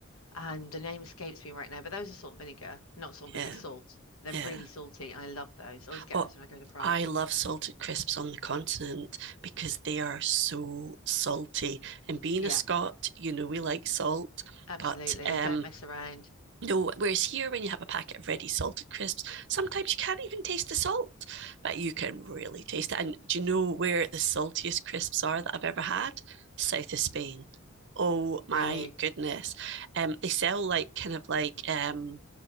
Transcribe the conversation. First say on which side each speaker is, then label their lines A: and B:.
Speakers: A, on the left (about 90°); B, on the right (about 55°).
A: And the name escapes me right now, but those are salt and vinegar, not salt and
B: yeah,
A: vinegar, salt. They're
B: yeah.
A: really salty and I love those. I always get
B: Oh,
A: those when I go to France.
B: I love salted crisps on the continent because they are so salty. And being
A: Yeah,
B: a Scot, you know, we like salt,
A: absolutely.
B: but um,
A: They don't mess around.
B: No, whereas here, when you have a packet of ready salted crisps, sometimes you can't even taste the salt, but you can really taste it. And do you know where the saltiest crisps are that I've ever had? South of Spain. Oh my
A: Really,
B: goodness. Um, they sell like kind of like um,